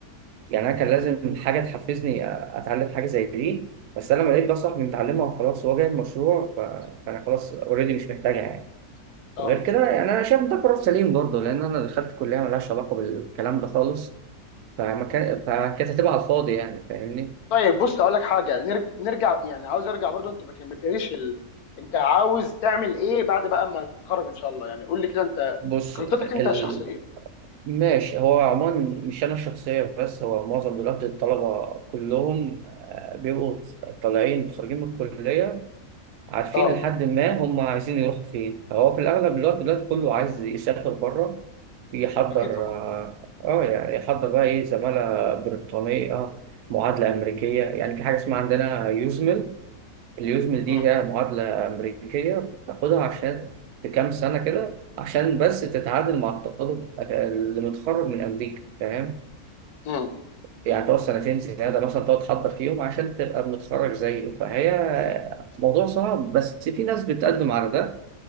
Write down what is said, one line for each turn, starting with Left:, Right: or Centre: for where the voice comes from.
Right: يعني انا كان لازم حاجه تحفزني اتعلم حاجه زي دي بس انا لما لقيت ده صاحبي متعلمها وخلاص هو جايب مشروع ف- فانا خلاص اوريدي مش محتاجها يعني
Left: اه
Right: وغير كده يعني انا شايف ده قرار سليم برضه لان انا دخلت كليه ملهاش علاقه بالكلام ده خالص فما كان فكانت هتبقى على الفاضي يعني فاهمني
Left: طيب بص اقول لك حاجه نرج... نرجع يعني عاوز ارجع برضه انت ما كملتليش ال... انت عاوز تعمل ايه بعد بقى ما تتخرج ان شاء الله يعني قول لي كده انت
Right: بص
Left: خطتك
Right: ال...
Left: انت الشخصيه
Right: ماشي هو عموما مش انا الشخصيه بس هو معظم دلوقتي الطلبه كلهم آه، بيبقوا طالعين خارجين من الكليه عارفين
Left: اه
Right: لحد ما هم عايزين يروحوا فين فهو في الأغلب الوقت دلوقتي كله عايز يسافر بره يحضر
Left: اكيد طبعا
Right: اه آه، يعني يحضر بقى ايه زمالة بريطانية آه، معادلة أمريكية يعني في حاجة اسمها عندنا يوزمل اليوزمل دي
Left: مم.
Right: هي معادلة أمريكية بتاخدها عشان في كام سنة كده عشان بس تتعادل مع الطالب آه، اللي متخرج من أمريكا فاهم
Left: مم.
Right: يعني تقعد سنتين زيادة مثلا تقعد تحضر فيهم عشان تبقى متخرج زيه فهي موضوع صعب بس في ناس بتقدم على ده